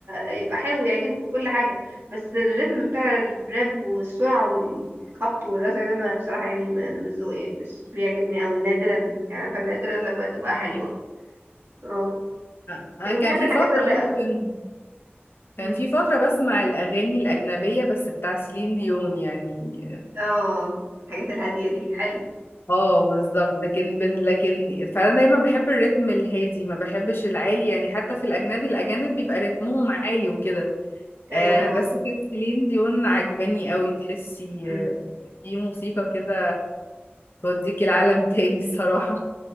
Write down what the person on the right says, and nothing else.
يبقى حلو ويعجبك وكل حاجه بس الريتم بتاع الراب والسرعه والخبط والرزع ده ما بصراحه يعني ما ده مش ذوقي يعني مش بيعجبني قوي نادرا يعني عارفه نادرا لما تبقى حلوه
اه
لكن
بحب
الحاجات
الرايقه
اكتر
أمم.
اه الحاجات الهاديه دي حلو
ايوه
فاهمه
قصدك
أمم،